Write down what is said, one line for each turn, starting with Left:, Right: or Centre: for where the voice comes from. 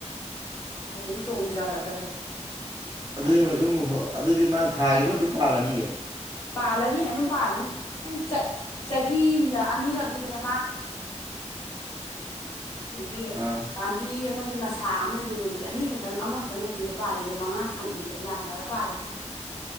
Left: ꯃꯣꯏꯗꯤ ꯑꯗꯨꯝ ꯇꯣꯡꯖꯔꯗꯕꯅꯤ꯫
Right: ꯑꯗꯨꯏ
Left: ꯍꯥꯏꯗꯤ
Right: ꯃꯗꯨꯝ ꯍꯣꯏ ꯑꯗꯨꯗꯤ ꯃꯥ ꯊꯥꯒꯤꯈꯤꯕ ꯑꯗꯨꯝ ꯄꯥꯜꯂꯅꯤꯌꯦ꯫
Left: ꯄꯥꯜꯂꯅꯤ ꯑꯗꯨꯝ ꯄꯥꯜꯂꯅꯤ ꯍꯥꯏꯗꯤ ꯆ ꯆꯍꯤ ꯑꯃꯗ ꯑꯅꯤꯔꯛꯅꯤꯗꯅ ꯃꯥꯅ ꯑꯗꯤꯒꯤ꯫
Right: ꯑꯥ
Left: ꯄꯥꯝꯕꯤ ꯑꯃꯒꯤ ꯃꯁꯥ ꯑꯃꯗꯤ ꯌꯣꯟꯈꯏ ꯑꯅꯤꯈꯛꯇꯪ ꯑꯃꯈꯛꯇꯪ ꯅꯠꯇꯦꯕ ꯄꯥꯜꯂꯤꯁꯦ ꯃꯉꯥ ꯇꯔꯨꯛꯅꯦꯕ ꯌꯥꯟꯊꯔ ꯄꯥꯜꯂꯤꯁꯦ꯫